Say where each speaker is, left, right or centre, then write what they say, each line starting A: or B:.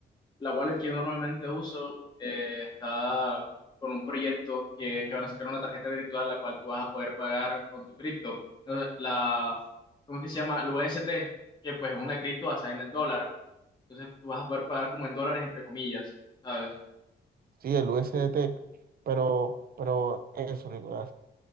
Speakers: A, on the left (about 20°); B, on the right (about 50°).
A: La wallet que yo normalmente uso eh, está con un proyecto que es que van a sacar una tarjeta virtual la cual tú vas a poder pagar con tu cripto. No, La, ¿cómo es que se llama? El UST, que pues es una cripto basada en el dólar. Entonces tú vas a poder pagar como en dólares, entre comillas, ¿sabes?
B: sí, el USDT, pero, pero eso, Nicolás.